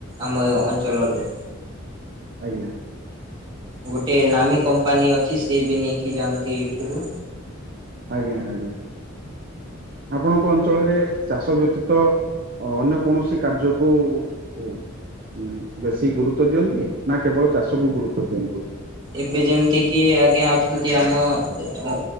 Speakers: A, on the right; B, on the right.
A: ଆମ ଅଞ୍ଚଳରୁ।
B: ଆଜ୍ଞା।
A: ଗୋଟେ ନାମୀ କମ୍ପାନୀ ଅଛି ସିଏ ବି ନେଇକି ଯାଆନ୍ତି ଏଇଠୁରୁ।
B: ଆଜ୍ଞା ଆଜ୍ଞା ଆପଣଙ୍କ ଅଞ୍ଚଳରେ ଚାଷ ବ୍ୟତୀତ ଅ ଅନ୍ୟ କୌଣସି କାର୍ଯ୍ୟକୁ ଉ ଉ ବେଶୀ ଗୁରୁତ୍ୱ ଦିଅନ୍ତି ନା କେବଳ ଚାଷକୁ ଗୁରୁତ୍ବ ଦିଅନ୍ତି।
A: ଏବେ ଯେମତି କିି ଆଜ୍ଞା ଅଛନ୍ତି ଆମ ଦେ ଓ